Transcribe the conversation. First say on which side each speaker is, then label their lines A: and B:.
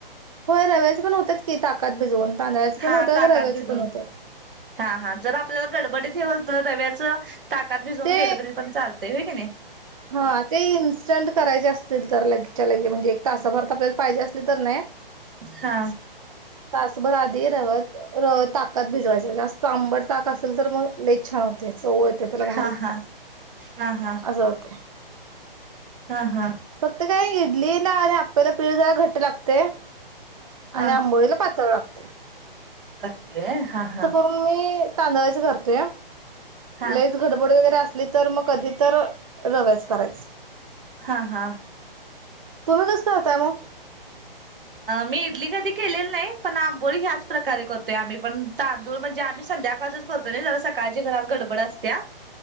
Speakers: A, on the right; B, on the right.
A: होय रव्याचे पण होतात की ताकात भिजवून. तांदळाचे पण
B: हा
A: होतात
B: ताकात
A: रव्याचे
B: भिजून
A: पण होतात.
B: हा हा जर आपल्याला गडबडी हे हुसतर रव्याच ताकात भिजवून
A: ते
B: केलं तरी पण चालतंय. दे हो की नाही
A: हा ते इन्स्टंट करायचे असतील तर लगेचच्या लगे म्हणजे एक तासाभरात आपल्याला पाहिजे असली तर ना
B: हा
A: तासभर आधी रवा ताकात भिजवायच जास्त आंबट ताक असेल तर मग लेच छान होत. चव येत त्याला भारी
B: हा हा हा हा
A: असं होते.
B: हा हा
A: फक्त काय नाही इडली ना आणि आपल्याला पीठ जरा घट लागते.
B: हा
A: आणि आंबोईला पातळ लागतं.
B: असक्तवे हा हा <unintelligible>
A: मी तांदळाच करतोय लयच
B: हा
A: भारी गडबड वगैरे असली तर मग कधी तर रव्याच करायचं
B: हा हा
A: तुम्ही कसं करताय मग?
B: मी इडली कधी केलेली नाही पण आंबोळी ह्याच प्रकारे करतोय आम्ही पण तांदूळ म्हणजे आम्ही संध्याकाळच करतो ना ज सकाळची घरात गडबड असतीया